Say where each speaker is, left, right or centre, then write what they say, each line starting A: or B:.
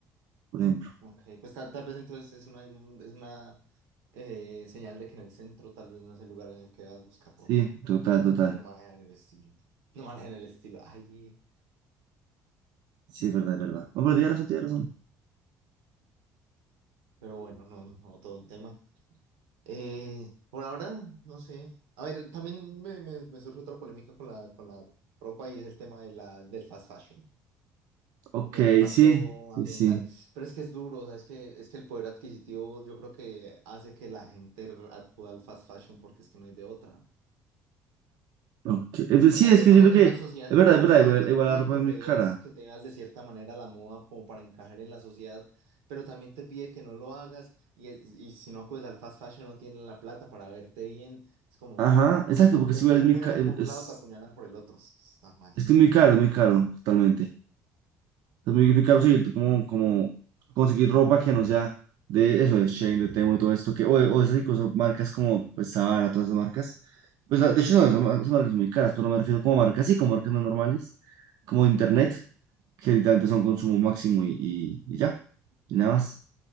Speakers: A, on the right; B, on the right.
A: por ejemplo.
B: Ok, pues ta- tal vez entonces es una, es una eh, señal de que en el centro tal vez no es el lugar en el que vas a buscar
A: Sí,
B: ropa,
A: total, total.
B: que no manejan el estilo. <laughs> No manejan el estilo. Ay,
A: Sí, es verdad, es verdad. No, pero tienes razón, tienes razón.
B: pero bueno, no, no todo un tema. Eh, por ahora, no sé. A ver, también me, me, me surge otra polémica con la, con la ropa y es el tema de la, del fast fashion.
A: Ok,
B: del impacto
A: sí, sí,
B: ambiental.
A: sí.
B: Pero es que es duro, o sea, es que, es que el poder adquisitivo yo creo que hace que la gente r- acuda al fast fashion porque es que no hay de otra.
A: Okay. Eh, pues
B: O
A: Sí,
B: sea,
A: es
B: estamos
A: que siento que,
B: en una sociedad
A: es
B: que
A: verdad,
B: por
A: es verdad,
B: un lado
A: igual,
B: te
A: igual
B: pide
A: la ropa
B: que
A: es
B: te
A: muy cara.
B: veas, que te veas de cierta manera la moda como para encajar en la sociedad, pero también te pide que no lo hagas y, es- y si no acudes al fast fashion no tienen la plata para verte bien. Es como,
A: Ajá, exacto, porque
B: te,
A: es igual,
B: te
A: es
B: apuñalan
A: muy, ca- em,
B: por un
A: es,
B: lado, te apuñalan por el otro. Está mal.
A: es que es muy caro, es muy caro, totalmente. Es muy, muy caro, sí, como, como conseguir ropa que no sea de eso, de Shein, de Temu y todo esto, que, o, de- o
B: Sí,
A: de esas
B: sí,
A: incluso marcas como, pues, Zara, todas esas marcas. Pues, de hecho, no, esas mar- esas marcas son muy caras, pero me refiero como marcas, sí, como marcas no normales, como Internet, que literalmente
B: sí.
A: son consumo máximo y, y, y ya, y nada más.